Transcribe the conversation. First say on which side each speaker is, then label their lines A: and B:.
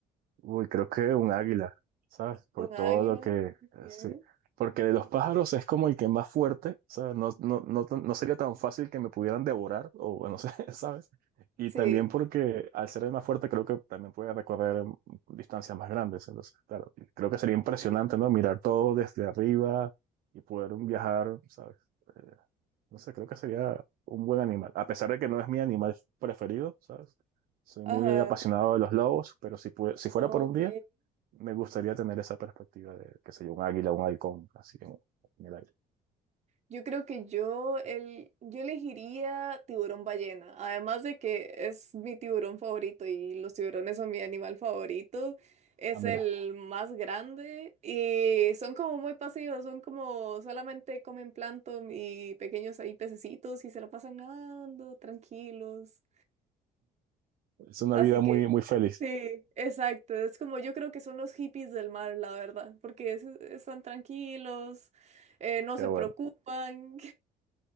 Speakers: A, on the right; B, on the right.
A: uy, creo que un águila, ¿sabes? Por
B: ¿Un
A: todo
B: águila?
A: lo que,
B: Ok.
A: sí. Porque de los pájaros es como el que más fuerte, ¿sabes? No, no, no, tan- no sería tan fácil que me pudieran devorar, o bueno, <laughs> no sé, ¿sabes? Y
B: Sí.
A: también porque al ser el más fuerte creo que también puede recorrer distancias más grandes. Entonces, claro, creo que sería impresionante,
B: sí.
A: ¿no? Mirar todo desde arriba y poder viajar, ¿sabes? Eh, No sé, creo que sería un buen animal. A pesar de que no es mi animal preferido, ¿sabes? Soy
B: Ajá.
A: muy apasionado de los lobos, pero si, pue- si fuera
B: Ok.
A: por un día, me gustaría tener esa perspectiva de, qué sé yo, un águila, un halcón, así en, en el aire.
B: Yo creo que yo, el, yo elegiría tiburón ballena, además de que es mi tiburón favorito y los tiburones son mi animal favorito, es
A: Ah, mira,
B: el más grande y son como muy pasivos, son como solamente comen plancton y pequeños ahí pececitos y se lo pasan nadando tranquilos.
A: es una
B: Así
A: vida muy,
B: que
A: muy feliz.
B: sí, exacto, es como yo creo que son los hippies del mar, la verdad, porque es- están tranquilos, eh, no
A: Qué
B: se
A: bueno,
B: preocupan.